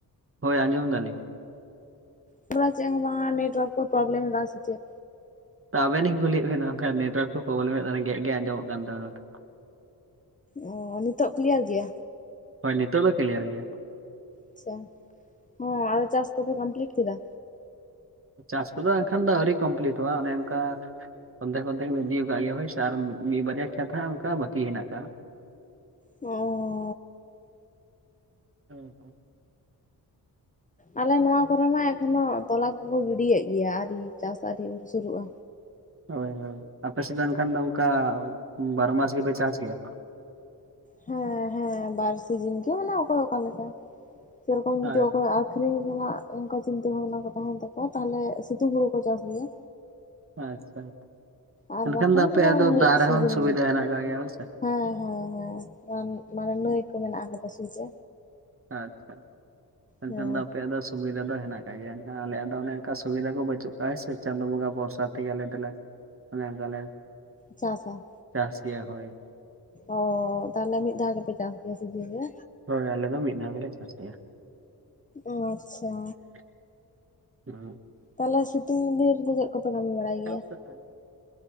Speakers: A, on the right (about 35°); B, on the left (about 20°).
A: ᱦᱳᱭ ᱟᱸᱡᱚᱢ ᱫᱟᱞᱤᱧ᱾
B: ᱯᱩᱨᱟ ᱪᱮᱫ ᱦᱚᱸ ᱵᱟᱝ ᱟ᱾ ᱱᱮᱴᱟ ᱳᱨᱟᱠᱥ ᱠᱚ ᱯᱨᱚᱵᱮᱞᱮᱢ ᱮᱫᱟ ᱥᱮ ᱪᱮᱫ᱾
A: ᱛᱟᱵᱮᱱ ᱤᱧ ᱠᱩᱞᱤᱭᱮᱫ ᱵᱮᱱᱟ ᱚᱱᱠᱟ ᱱᱮᱴᱣᱟᱨᱠ ᱠᱚ ᱯᱚᱵᱞᱮᱢ ᱮᱫ ᱫᱚ ᱾ ᱚᱱᱟ ᱜᱮᱠ ᱜᱮᱠ ᱟᱸᱡᱚᱢᱚᱜ ᱠᱟᱱ ᱛᱟᱵᱮᱱᱟ ᱛᱚ᱾
B: ᱚ, ᱱᱤᱛᱚᱜ ᱠᱤᱞᱭᱟᱨ ᱜᱮᱭᱟ?
A: ᱦᱚᱭ ᱱᱤᱛᱚᱜ ᱫᱚ ᱠᱤᱞᱭᱟᱨ ᱜᱮᱭᱟ᱾
B: ᱟᱪᱪᱷᱟ, ᱦᱚᱸ ᱟᱫᱚ ᱪᱟᱥ ᱠᱚᱯᱮ ᱠᱚᱢᱯᱤᱞᱤᱴ ᱠᱮᱫᱟ᱾
A: ᱪᱟᱥ ᱠᱚᱫᱚ ᱮᱱᱠᱷᱟᱱ ᱫᱚ ᱟᱹᱣᱨᱤ ᱠᱚᱢᱯᱞᱤᱴᱚᱜᱼᱟ᱾ ᱚᱱᱮ ᱚᱱᱠᱟᱼᱼ ᱚᱫᱷᱮᱠ ᱚᱫᱷᱮᱠ ᱮᱧ ᱤᱫᱤ ᱠᱟᱜ ᱜᱮᱭᱟ ᱦᱳᱭ ᱥᱮ᱾ ᱟᱨ ᱢᱤᱫ ᱵᱟᱨᱭᱟ ᱠᱷᱮᱛ ᱦᱟᱸᱜ, ᱚᱱᱠᱟ ᱵᱟᱹᱠᱤ ᱦᱮᱱᱟᱜ ᱠᱟᱜᱼᱟ᱾ <inaudible>
B: ᱚᱻ
A: <inaudible> <unintelligible>
B: ᱟᱞᱮ ᱱᱚᱣᱟ ᱠᱚ ᱨᱮ ᱢᱟ ᱮᱠᱷᱚᱱᱚ ᱛᱚᱞᱟ ᱠᱚ ᱠᱚ ᱜᱤᱰᱤᱭᱮᱜ ᱜᱮᱭᱟ᱾ ᱟᱹᱣᱨᱤ ᱪᱟᱥ ᱟᱹᱣᱨᱤ ᱥᱩᱨᱩᱜᱼᱟ᱾
A: ᱦᱚᱭ, ᱦᱚᱭ ᱟᱯᱮ ᱥᱮᱫ ᱮᱱᱠᱷᱟᱱ ᱫᱚ ᱱᱚᱝᱠᱟ ᱵᱟᱨᱚ ᱢᱟᱥ ᱜᱮ ᱯᱮ ᱪᱟᱥ ᱜᱮᱭᱟ?
B: ᱦᱮᱸ ᱦᱮᱸ ᱵᱟᱨ ᱥᱤᱡᱤᱱ ᱜᱮ ᱢᱟᱱᱮ ᱚᱠᱚᱭ ᱚᱠᱟ ᱞᱮᱠᱟ, ᱥᱮ ᱨᱚᱠᱚᱢ
A: ᱟᱪᱪᱷᱟ
B: ᱡᱩᱫᱤ ᱚᱠᱚᱭ ᱟᱹᱠᱷᱨᱤᱧ ᱨᱮᱱᱟᱜ ᱚᱱᱠᱟ ᱪᱤᱱᱛᱟᱹ ᱵᱷᱟᱵᱽᱱᱟ ᱠᱚ ᱛᱟᱦᱮᱱ ᱛᱟᱠᱚᱣ-ᱟ᱾ ᱛᱟᱦᱚᱞᱮ ᱥᱤᱛᱩᱝ ᱦᱩᱲᱩ ᱠᱚ ᱪᱟᱥ ᱜᱮᱭᱟ᱾
A: ᱟᱪᱪᱷᱟ
B: ᱟᱨ
A: ᱮᱱᱠᱷᱟᱱ
B: ᱵᱟᱠᱷᱟᱱ
A: ᱫᱚ ᱟᱯᱮᱭᱟᱜ ᱫᱚ
B: ᱢᱤᱫ
A: ᱫᱟᱜ ᱨᱮ
B: ᱥᱤᱡᱤᱱ
A: ᱦᱚᱸ ᱥᱩᱵᱤᱫᱽᱷᱟ
B: ᱜᱮ᱾
A: ᱦᱮᱱᱟᱸᱜ ᱟᱠᱟᱜ ᱜᱮᱭᱟ ᱾ ᱦᱚᱭ ᱥᱮ
B: ᱦᱮᱸ, ᱦᱮᱸ, ᱦᱮᱸ ᱢᱟᱱᱮ ᱱᱟᱹᱭ ᱠᱚ ᱢᱮᱱᱟᱜ ᱟᱠᱟᱫᱟ ᱥᱩᱨ ᱨᱮ᱾
A: ᱟᱪᱪᱷᱟ, ᱮᱱᱠᱷᱟᱱ
B: ᱦᱮᱸ
A: ᱫᱚ, ᱟᱯᱮ ᱭᱟᱜ ᱫᱚ ᱥᱩᱵᱤᱫᱽᱷᱟ ᱫᱚ ᱦᱮᱱᱟᱜ ᱚᱱᱠᱟ ᱜᱮᱭ-ᱟ ᱱᱟᱦᱟᱜ ᱟᱮᱭᱟᱜ ᱫᱚ, ᱚᱱᱮ ᱚᱱᱠᱟ ᱥᱩᱵᱤᱫᱽᱷᱟ ᱠᱚ ᱵᱟᱹᱪᱩᱜ ᱯᱨᱟᱭ ᱥᱮ ᱪᱟᱸᱫᱚ ᱵᱚᱸᱜᱟ ᱵᱷᱚᱨᱥᱟ ᱛᱮ ᱜᱮ ᱟᱞᱮ ᱫᱚ ᱞᱮ, ᱚᱱᱮ ᱚᱱᱠᱟ ᱞᱮ
B: ᱪᱟᱥᱟ
A: ᱪᱟᱥ ᱜᱮᱭᱟ ᱦᱚᱭ᱾
B: ᱚᱻ ᱛᱟᱦᱚᱞᱮ ᱢᱤᱫ ᱫᱷᱽᱟᱣ ᱜᱮ ᱯᱮ ᱪᱟᱥ ᱜᱮᱭᱟ ᱥᱤᱡᱤᱱ ᱨᱮ?
A: ᱦᱚᱭ ᱟᱞᱮ ᱫᱚ ᱢᱤᱫ ᱫᱷᱽᱟᱣ ᱜᱮ ᱞᱮ ᱪᱟᱥ ᱜᱮᱭᱟ
B: ᱚ ᱟᱪᱪᱷᱟ
A: ᱾ ᱦᱩᱸ
B: ᱛᱟᱦᱚᱞᱮ ᱥᱤᱛᱩᱝ ᱫᱤᱱ ᱨᱮ ᱫᱚ ᱪᱮᱫ ᱠᱚ ᱠᱟᱢᱤ ᱵᱟᱲᱟᱭ ᱜᱮᱭᱟ
A: <unintelligible>